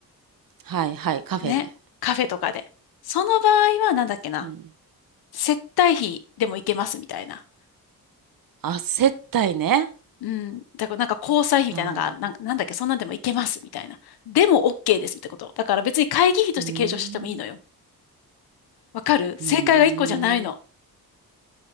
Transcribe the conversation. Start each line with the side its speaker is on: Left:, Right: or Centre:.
Right: はいはい、カフェで。
Left: ね。カフェとかで。その場合は、なんだっけな。
Right: うん。
Left: 接待費でもいけますみたいな。
Right: あ、接待ね。
Left: うん。だからなんか交際費みたいなのが、
Right: ああ、
Left: なんか、なんだっけ、そんなんでもいけますみたいな。でも OK ですってこと。だから別に会議費として計上してもいいのよ。
Right: うーん。
Left: わかる正解が一個じゃないの。
Right: うーん。